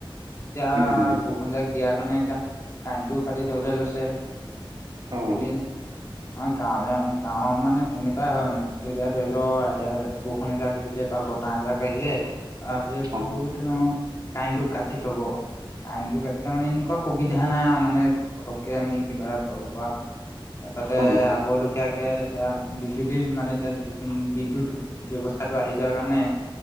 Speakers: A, on the left (about 30°); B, on the right (about 50°).
A: এতিয়া
B: উম
A: বৰষুণজাক দিয়াৰ কাৰণে এতিয়া কাৰেণ্টটোও কাটি থবলৈ লৈছে। আজিকালি
B: অ
A: অ' গাঁৱ গাঁৱত মানে তেনেকুৱাই হয় মানে, টো এতিয়া ধৰি ল' এতিয়া বৰষূণ এজাক দিলে বা ব তাহ এজাক আহিলে, তাৰপিছত
B: অ
A: তোৰ তেওঁ কাৰেইনটো কাটি থ'ব। কাৰেইনটো কাটি থলে মানে এনেকুৱা সুবিধা নাই আৰু মানে পতককে আমি কিবা এটা কৰিব পৰা। তাতে
B: অ
A: আগৰ লখিয়াকে এতিয়া বিজুলীৰ মানে এতিয়া নতুন বিদ্যুৎ ব্যৱস্থাটো আহি যোৱা কাৰণে